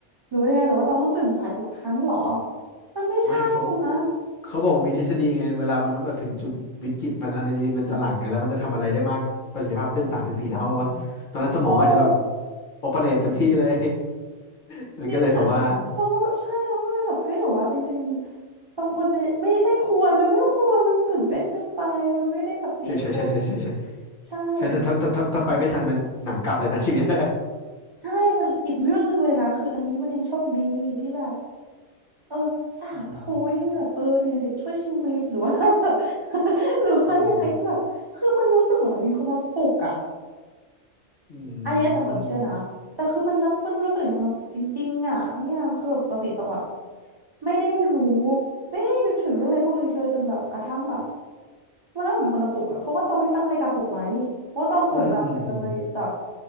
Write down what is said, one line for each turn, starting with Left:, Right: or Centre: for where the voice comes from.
Right: หรือว่ายังไงหรือว่าต้องตื่นสายทุกครั้งเหรอมันไม่ใช่นะ
Left: ไม่เขาเขาบอกว่ามีทฤษฎีไงเวลามนุษย์แบบถึงจุดวิกฤตมันอะดรีนาลีนมันจะหลั่งไงแล้วมันจะทำอะไรได้มากประสิทธิภาพขึ้นสามถึงสี่เท่าวะตอนนั้นสมองอาจจะแบบ
Right: เออ
Left: โอเปเรตเต็มที่เลย <laughs> มันก็เลยแบบว่า
Right: จริงอะต้องว็แบบใช่ต้องก็เลยแบบเฮ้ยหรือว่าจริงๆตองควรจะไม่ไม่ควรมันไม่ควรมันตื่นเต้นเกินไปมันไม่ได้แบบเตรียมตัว
Left: ใช่ใช่ใช่ใช่ใช่ใช่
Right: ใช่
Left: ใช่ถ้าถ้าถ้าถ้าถ้าไปไม่ทันมันหนังกลับเลยนะ <laughs> ชีวิต <laughs>
Right: ใช่มันอีกเรื่องหนึ่งเลยนะคืออันนี้มันยังโชคดีที่แบบเออสาธุยังมีแบบเออสิ่งศักดิ์สิทธิ์ช่วยชีวิตหรือว่าแบบ
Left: อืม
Right: <laughs> หรือว่ายังไงที่แบบคือมันรู้สึกเหมือนมีคนมาปลุกอะ
Left: อืมอื
Right: อันนี้แล้วแต่คนเชื่อนะแต่คือมันรับมันรู้สึกมีความสุขจริงๆอ่ะเนี่ยคือแบบปกติต้องแบบ
Left: ม
Right: ไม่ได้รู้ไม่ได้นึกถึงเรื่องอะไรพวกนี้เลยจนแบบกระทั่งแบบวันนั้นผมเป็นคนมาปลุกอ่ะเพราะว่าต้องไม่ตั้งนาฬิกาปลุกไว้เพราะว่าต้องเผลอหลับไปเลยแบบ
Left: อืมอืมอืม